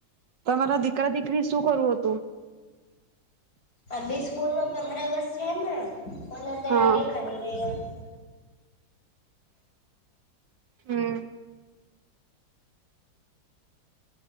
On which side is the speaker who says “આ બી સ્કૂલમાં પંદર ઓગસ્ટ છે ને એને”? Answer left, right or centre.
Left